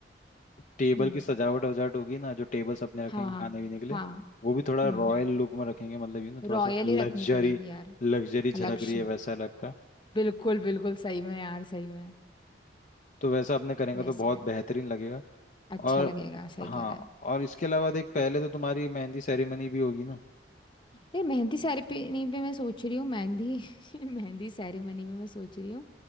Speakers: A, on the left (about 45°); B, on the left (about 25°).
A: टेबल
B: हम्म
A: की सजावट वजावट होगी ना जो टेबल्स अपने रखेंगे
B: हाँ
A: खाने पीने के लिए
B: हाँ
A: वो भी थोड़ा
B: हम्म
A: रॉयल लुक में रखेंगे मतलब यू ना
B: रॉयल
A: थोड़ा सा लग्जरी
B: ही रखनी पड़ेगी यार
A: लग्जरी झलक
B: लक्ष्य
A: रही है वैसा टाइप का
B: बिल्कुल बिल्कुल सही में यार सही में
A: तो वैसा आपने करेंगे
B: वैसे
A: तो बहुत
B: कर
A: बेहतरीन लगेगा
B: अच्छा
A: और
B: लगेगा सही
A: हाँ
B: कह रहा है
A: और इसके अलावा देख पहले तो तुम्हारी मेहंदी सेरेमनी भी होगी ना
B: यार मेहंदी सेरेमनी पे मैं सोच रही हूँ मेहंदी <laughs> मेहंदी सेरेमनी में मैं सोच रही हूँ